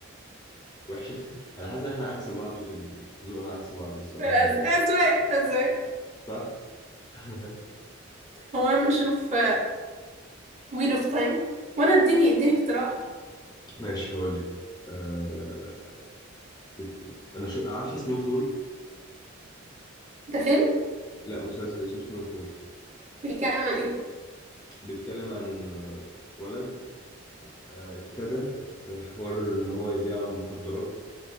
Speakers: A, on the left (about 20°); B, on the right (about 35°).
A: وحشة <laughs> أنا حاسس إن إحنا عكس بعض في ال- ذوقنا عكس بعض الصراحة
B: الأز- اذواق اذواق
A: صح <laughs>
B: المهم نشوف ويل اوف تايم وانا اديني اديني اقتراح
A: ماشي هقول لك أه... تت- أنا شو عارفة سنو فول
B: ده فيلم
A: لا مسلسل اسمه سنو فول
B: بيتكلم عن ايه
A: بيتكلم عن آه، ولد آه، ابتدى في حوار إن هو يبيع المخدرات